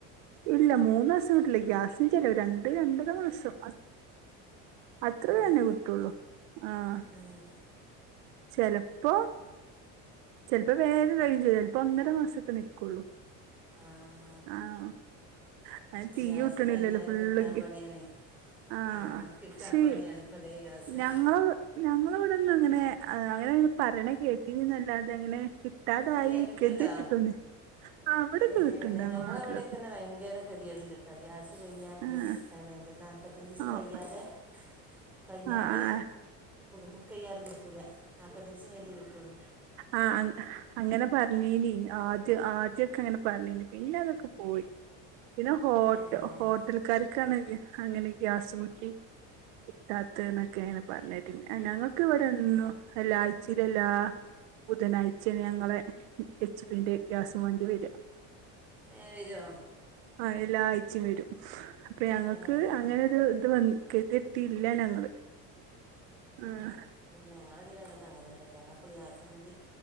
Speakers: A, on the right (about 85°); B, in the centre.
A: ഇല്ല മൂന്നാസം കീട്ടുല്ല ഗ്യാസിനന് ചിലവ രണ്ട് രണ്ടര മാസം അത്രേന്നെ
B: ഏ.
A: കിട്ടുള്ളൂ ആഹ
B: ഉം
A: ചേലപ്പോ ചേലപ്പോ വേഗം കയ്യും ത് ചേലപ്പോ ഒന്നര മാസൊക്കെ നിക്കുള്ളൂ
B: ആഹ
A: ആഹ അ
B: റിയാസ്
A: തീ കുട്ടണില്ലല്ലോ
B: കഴിഞ്ഞാലും
A: ഫുള്ള്
B: കിട്ടാൻ പണിയാണ്
A: ആഹ
B: ആഹ് കിട്ടാൻ
A: ശെ
B: പണിയാണ് ഇപ്പൊ ദേ ഗ്യാസ്
A: ഞങ്ങള് ഞങ്ങളേ ഇവിടന്നങ്ങനെ അങ്ങനെ പറയണ കേട്ടിന്നല്ലാതെ അങ്ങനെ ട്ടതായി
B: ഇല്ലേ കിട്ടുണ്ടോ
A: കെതിട്ടിട്ടുന്നുല്ല ആ് അവിടക്കേ
B: ഏഹ്
A: കിട്ടുണ്ട് ഞങ്ങളെ
B: ഞങ്ങളവിടെയൊക്കെന്നെ
A: നാട്ടിലൊക്കെ
B: ഭയങ്കര ഗതികേട് ണ്ട് ട്ടോ ഗ്യാസ് കഴിഞ്ഞ പിന്നെ
A: ആഹ്
B: കിട്ടാൻ ഭയങ്ക നാല്പത്തഞ്ച് ദിവസം
A: ആഹ്
B: കയ്യാതേ കഴിഞ്ഞാണ്ട്
A: ആഹ് ആഹ്
B: ബുക്ക് ചെയ്യാതെ കിട്ടൂല നാൽപ്പത്തഞ്ചിസ കഴിഞ്ഞട്ട് കിട്ടുള്ളൂ
A: ആ അങ്ങനെ പറഞ്ഞീനി ആദ്യ ആദ്യൊക്കെ അങ്ങനെ പറഞ്ഞീനി പിന്നെ അതൊക്കെ പോയി പിന്നെ ഹോട്ട
B: ഏഹ്
A: ഹോട്ടൽക്കാർക്കാണെ അങ്ങനെ ഗ്യാസ് കുറ്റി കിട്ടാത്തേന്നൊക്കെനെ പറഞ്ഞേട്ടേ ഞങ്ങൾക്ക് ഇവിടെന്നും എല്ലാ ചിരില്ല ബുധനാഴ്ച ഞങ്ങളെ എച്ച് പിന്റെ ഗ്യാസും വണ്ടി വരിക
B: ഏ വരോ
A: ആ എല്ലാ ആയ്ച്ചി വരും അപ്പൊ ഞങ്ങക്ക്
B: ഏഹ്
A: അങ്ങനെരു ഇത് വ ഗ തികേട്ടില്ല ഞങ്ങള് ആഹ
B: ഞങ്ങളത് അങ്ങനെല്ലട്ട അങ്ങപ്പൊ ഗ്യാസ് വണ്ടി